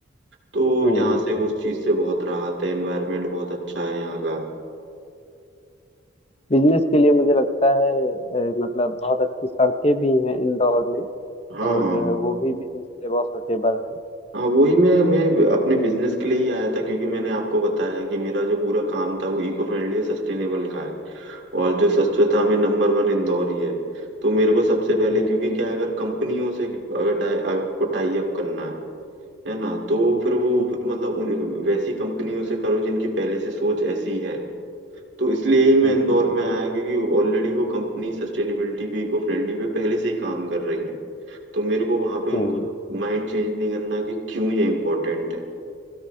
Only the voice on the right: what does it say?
तो
यहाँ से उस चीज से बहुत राहत है एनवायरनमेंट बहुत अच्छा है यहाँ का
हाँ
हाँ
हाँ वही मैं मैं अपने बिजनेस के लिए ही आया था क्योंकि मैंने आपको बताया कि मेरा जो पूरा काम था वो इको फ्रेंडली सस्टेनेबल का है और जो स्वच्छता में नंबर वन इंदौर ही है तो मेरे को सबसे पहले
क्योंकि क्या है, अगर कंपनियों से अगर टाई आपको टाई अप करना है है ना तो फिर वो
फिर मतलब उन वैसी कंपनियों से करो जिनकी पहले से सोच ऐसी है तो इसलिए ही मैं
इंदौर में आया क्योंकि ऑलरेडी वो कंपनी सस्टेनेबिलिटी पे इको फ्रेंडली पे पहले से ही काम कर रही है तो मेरे को वहां पे उनको
माइंड चेंज नहीं करना कि क्यों ये इम्पोर्टेंट है